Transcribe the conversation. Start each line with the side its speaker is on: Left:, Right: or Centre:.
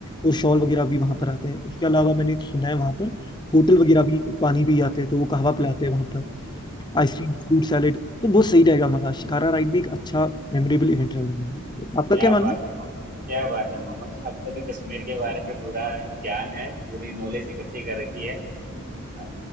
Left: और शॉल वगैरह भी वहां पर आते हैं इसके अलावा मैंने सुना है वहां पर होटल वगैरह भी पानी भी आते हैं तो वो कहवा पिलाते हैं वहां पर आइसक्रीम फ्रूट सैलेड तो बहुत सही रहेगा हमारा शिकारा राइड भी एक अच्छा मेमोरेबल इवेंट रहेगा हमारा आपका
Right: क्या
Left: क्या मानना
Right: बात
Left: है
Right: है मोहम्मद क्या बात है मोहम्मद आपको तो कश्मीर के बारे में पूरा ज्ञान है पूरी नॉलेज इकट्ठी कर रखी है हाँ,